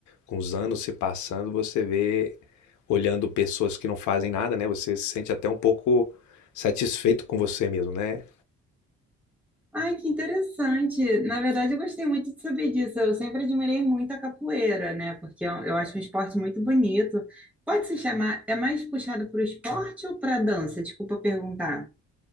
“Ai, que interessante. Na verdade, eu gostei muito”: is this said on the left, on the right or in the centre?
Centre